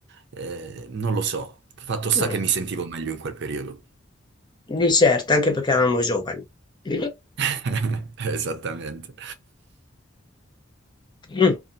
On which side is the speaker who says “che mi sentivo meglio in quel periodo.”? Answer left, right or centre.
Right